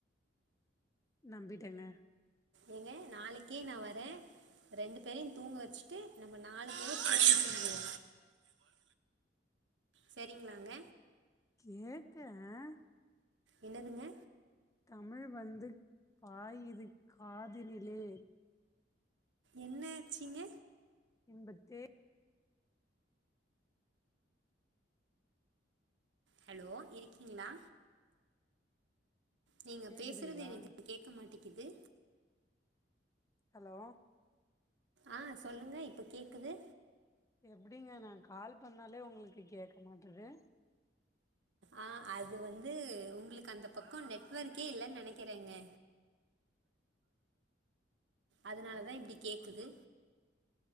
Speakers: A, on the left; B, on the right.
A: நம்பிட்டங்க
B: ஏங்க நாளைக்கே நான் வரேன் ரெண்டு பேரையும் தூங்க வெச்சுட்டு நம்ம நாலு பேரும் செரிங்களாங்க
A: கேக்கேன்
B: என்னதுங்க
A: தமிழ் வந்து பாயுது காதினிலே
B: என்ன வெச்சீங்க
A: இன்பத்தேன்
B: ஹலோ இருக்கீங்களா நீங்க
A: கேக்குதுங்களா
B: பேசறது எனக்கு கேக்க மாட்டேங்குது
A: ஹலோ
B: ஆஹ் சொல்லுங்க இப்ப கேக்குது
A: எப்டிங்க நான் கால் பண்ணாலே உங்களுக்கு கேக்க மாட்டது
B: ஆஹ் அது வந்து உங்களுக்கு அந்த பக்கம் நெட்வொர்க்கே இல்லன்னு நெனைக்கறேங்க அதனாலதான் இப்டி கேக்குது